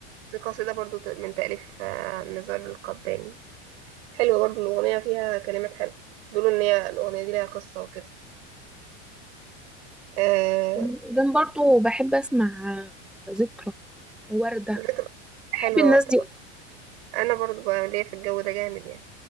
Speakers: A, on the right (about 70°); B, in the centre.
A: دي قصيدة برضو ت- من تأليف آه، نزار القباني حلوة برضو الأغنية فيها كلمات حلوة بيقولوا إن هي الأغنية دي ليها قصة وكده آه
B: وبعدين برضو بحب اسمع ذكرى وردة
A: ذكر حلوة
B: بحب الناس
A: وردة
B: دي
A: برضو أنا برضو بقى ليا في الجو ده جامد يعني